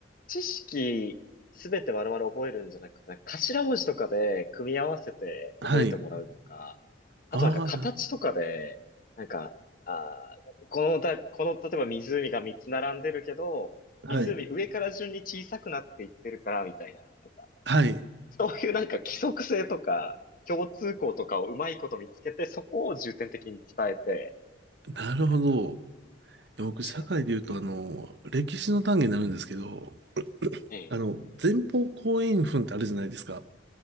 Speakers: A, on the left (about 45°); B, on the right (about 65°).
A: 知識すべて丸々覚えるんじゃなくて、なんか頭文字とかで組み合わせて覚えてもらうとか、
B: はい。
A: あとなんか形とかで、
B: ああ、なるほ
A: なんか、あー、このだ、この、例えば湖が3つ並んでるけど、
B: ど。
A: 湖上から順に小さくなっていってるから、
B: はい。
A: みたいな、なんか、
B: はい。
A: そういうなんか規則性とか、共通項とかをうまいこと見つけて、そこを重点的に伝えて、
B: なるほど。
A: なんか、感じでやった。
B: 僕、社会で言うと、あの、歴史の単元になるんですけど、
A: ええ。
B: あの、前方後円墳ってあるじゃないですか。